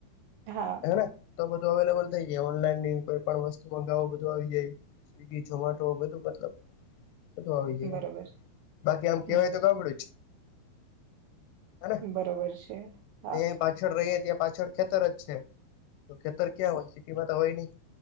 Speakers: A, on the right; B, on the left.
A: હા
B: હેને તો બધું અવેલેબલ થઈ જાય ઓનલાઈન કોઈ પણ વસ્તુ મ ગાવ બધું આવી જાય સ્વિગી મેટો બધું મતલબ બધુ આવી જાય
A: બરોબર
B: એમ બાકી આમ
A: હમ
B: કેવાય તો ગભડું જ હને
A: બરોબર છે હા
B: અહી પાછળ રહીય ત્યાં પાછળ ખેતર જ છે તો ખેતર ક્યાં હોય સિટીમાં તો હોય નહી